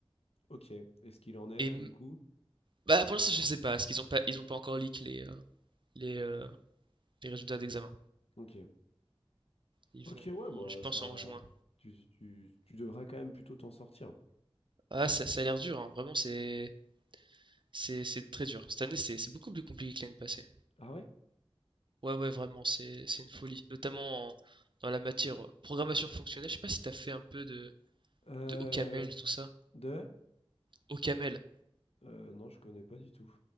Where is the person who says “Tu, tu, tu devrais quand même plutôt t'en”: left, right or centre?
Left